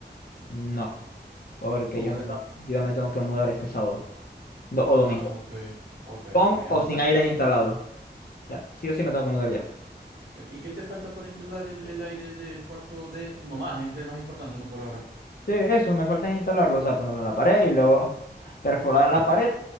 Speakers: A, on the left; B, on the right.
A: No, porque
B: ¿Cómo
A: yo
B: que
A: me,
B: no?
A: tengo- yo me tengo que mudar este sábado do- o
B: Ah,
A: domingo,
B: ok, ok,
A: con
B: ok. Además,
A: o sin
B: está-
A: aires
B: ah,
A: instalados. Ya, sí o sí me tengo que mudar ya.
B: ok. ¿Y qué te falta para instalar el, el aire del cuarto de tu mamá? Es el más importante, no por ahora.
A: Sí, eso, me falta es instalarlo, o sea, ponerlo en la pared y luego perforar en la pared,